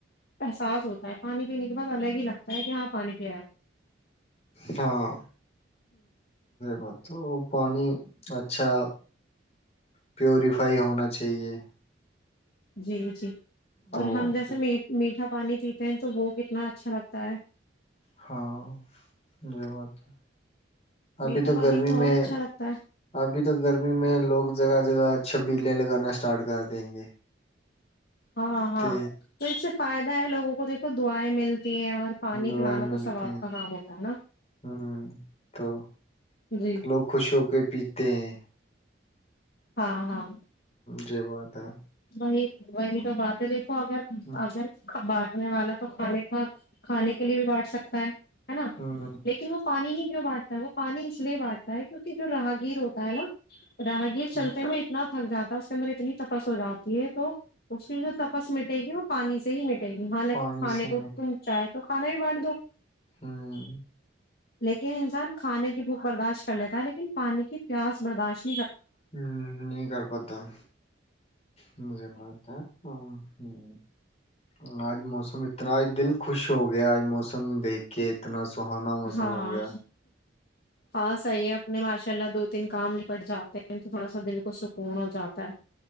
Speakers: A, on the left; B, on the left.
A: احساس ہوتا ہے پانی پینے کے بعد الگ ہی لگتا ہے کہ ہاں پانی پئے
B: ہاں بات تو پانی اچھا پیوریفائی ہونا چاہیے
A: جی جی
B: تو
A: اور ہم جیسے
B: بھی،
A: می میٹھا پانی پیتے ہیں تو وہ کتنا اچھا لگتا ہے
B: ہاں یہ بات ہے ابھی
A: میٹھا
B: تو
A: پانی
B: گرمی میں
A: اور اچھا لگتا ہے
B: ابھی تو گرمی میں لوگ جگہ جگہ چھبی پلے لگانا اسٹارٹ کر دیں گے
A: ہاں ہاں
B: تے
A: تو اس سے فائدہ ہے لوگوں کو دیک کو دعائیں ملتی ہیں اور پانی
B: دعائیں
A: پلانا
B: ملتی
A: تو ثواب
B: ہیں
A: کا کام ہوتا ہے نا
B: ہ تو
A: جی
B: لوگ خوش ہو کے پیتے تین
A: ہاں- ہاں
B: ج ب تھا
A: وہی وہی تو بات ہے دیکھو اگر
B: ہوں
A: اگر <unintelligible> نے والا تو کھانے کا کھانے کے لیے بھی بیٹھ سکتا ہے <unintelligible> ہے نا
B: ہوں
A: لیکن وہ پانی ہی کیوں بان <unintelligible> وہ پانی اس لیے بانٹتا ہے <unintelligible> کیونکہ جو راہگیر ہوتا ہے نا <unintelligible> ج <unintelligible> راہ گیر
B: ہوں
A: چلتے ہیں اتنا <unintelligible> تھک جا اس کے اندر اتنی تپس ہو جاتی یہ تو اس کی جو تپس مٹے گی وہ پانی سے ہی م <unintelligible> گی حالانکہ
B: پانی
A: کھانے
B: سے
A: کو
B: میں
A: تو چاہ تو کھانا ہی بانٹ دو <unintelligible>
B: ہوں
A: لیکن انسان کھانے کی <unintelligible> بھوک برداشت کر لیتا ہے لیکن پانی کی پیاس برداشت <unintelligible>
B: ہوں نہیں کر پتاہ <unintelligible> جی بولتا ایک دم ہ <unintelligible> آج موسم اتناج دل خوش ہو گیا آج موسم دیکھ کے اتنا <unintelligible> موسم
A: ہاں
B: ہو گیا
A: ہاں صحیح ہے اپنے ماشاء اللہ دو <unintelligible> تن کام نپٹ جاتے ہیں تو تھوڑا سا دل کو سکون ہو جاتا ہے <unintelligible>